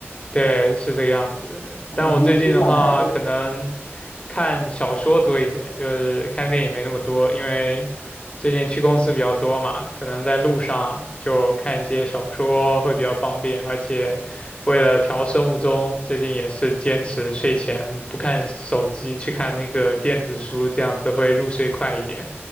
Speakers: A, on the left; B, on the left.
A: 对，是这个样子的但我最近的话，
B: 哦，你可以展开说。
A: 可能看小说多一点，就是看电影没那么多，因为最近去公司比较多嘛，可能在路上就看一些小说会比较方便。而且为了调生物钟，最近也是坚持睡前不看手机，去看那个电子书，这样子会入睡快一点。